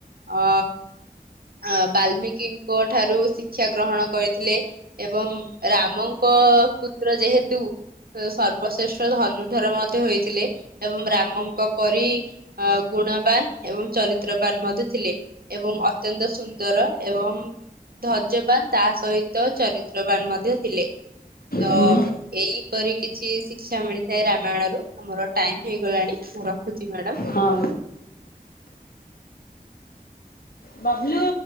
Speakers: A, on the right; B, on the left.
A: ଅ ଅ ବାଲ୍ମିକିଙ୍କ ଠାରୁ ଶିକ୍ଷା ଗ୍ରହଣ କରିଥିଲେ। ଏବଂ ରାମଙ୍କ ପୁତ୍ର ଯେହେତୁ ସର୍ବଶ୍ରେଷ୍ଠ ଧନୁଧର ମଧ୍ୟ ହେଇଥିଲେ ଏବଂ ରାମଙ୍କ ପରି ଅ ଗୁଣବାନ ଏବଂ ଚରିତ୍ରବାନ ମଧ୍ୟ ଥିଲେ। ଏବଂ ଅତ୍ୟନ୍ତ ସୁନ୍ଦର ଏବଂ ଧୈର୍ଯ୍ୟବାନ ତା ସହିତ ଚରିତ୍ରବାନ ମଧ୍ୟ ଥିଲେ। ତ
B: ହୁଁ
A: ଏଇପରି କିଛି ଶିକ୍ଷା ମିଳିଥାଏ ରାମାୟଣରୁ। ଆମର ଟାଇମ ହେଇଗଲାଣି ମୁଁ ରଖୁଛି ମ୍ୟାଡାମ।
B: ହଁ। ବବଲୁ।